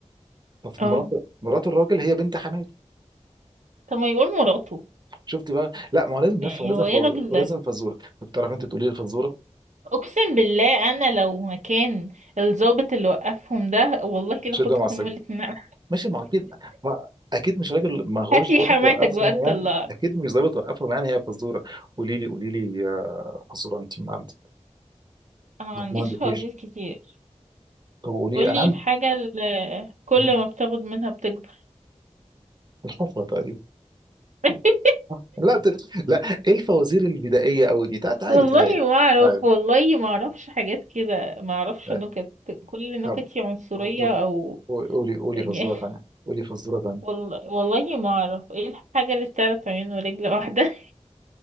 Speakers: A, on the right (about 35°); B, on the right (about 85°).
A: طب
B: اه
A: مرات مرات الراجل هي بنت حماته
B: طب ما يقول مراته
A: شفت بقى لا ما هو لازم
B: يعني
A: لفه ولازم
B: هو
A: ف...
B: ايه الراجل
A: ولازم
B: ده
A: فزوره طب تعرف انت تقولي لي الفزوره
B: اقسم بالله انا لو مكان الضابط اللي وقفهم ده والله كده
A: مش
B: خدهم
A: ده مع السجن
B: هما الاتنين <laughs> على-
A: ماشي ما هو اكيد ما... اكيد مش راجل ما هوش
B: هات لي
A: ضابط
B: حماتك
A: وقفهم
B: بقى تطلعك
A: يعني اكيد مش ضابط وقفهم يعني هي فزوره قولي لي قولي لي يا فزوره انت من عندك
B: انا ما عنديش
A: ما عندكيش
B: فوازير كتير
A: طب قولي
B: قولي
A: لي انا عندي
B: الحاجه اللي كل
A: مم.
B: ما بتاخد منها بتكبر
A: الحفره تقريبا
B: <laughs>
A: صح؟ لا تل... لا ايه الفوازير البدائيه قوي دي تع- تعالي
B: والله
A: تعالي
B: ما اعرف
A: تعالي
B: والله ما اعرفش حاجات كده ما اعرفش
A: تعالي
B: نكت كل نكتي
A: طب
B: عنصريه
A: طب
B: او
A: قولي قولي
B: <laughs>
A: فزوره ثانيه قولي فزوره ثانيه
B: والله والله ما اعرف ايه الحاجة اللي بتعرف عيون ورجل واحدة